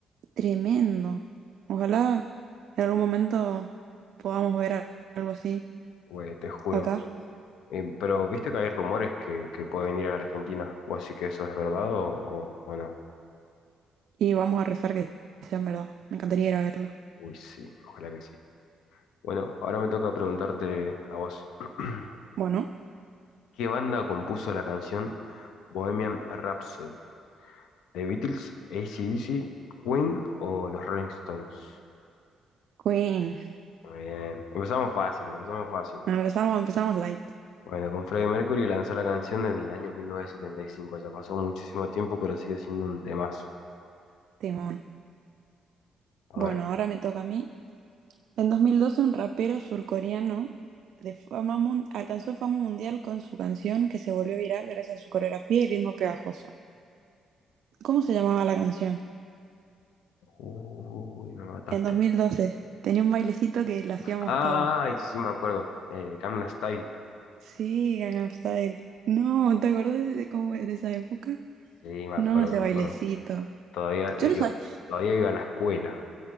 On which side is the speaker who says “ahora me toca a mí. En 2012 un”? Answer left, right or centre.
Right